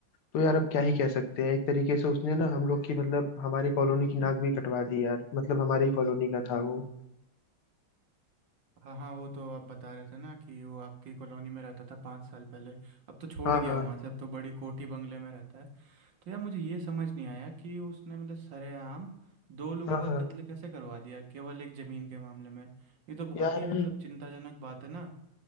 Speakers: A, on the left; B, on the right.
A: तो यार अब क्या ही कह सकते हैं एक तरीके से उसने ना हम लोग की मतलब हमारी कॉलोनी की नाक भी कटवा दी यार मतलब हमारी कॉलोनी का था वो
B: हाँ हाँ वो तो आप बता रहे थे ना कि वो आपकी कॉलोनी में रहता था पाँच साल पहले अब तो छोड़
A: हाँ
B: गया
A: हाँ
B: वहाँ से अब तो बड़ी कोठी बंगले में रहता है तो यार मुझे ये समझ नहीं आया कि उसने मतलब सरेआम दो लोगों
A: हाँ हाँ
B: का कत्ल कैसे करवा दिया केवल एक ज़मीन के मामले में ये तो बहुत
A: यार
B: ही मतलब चिंताजनक बात है ना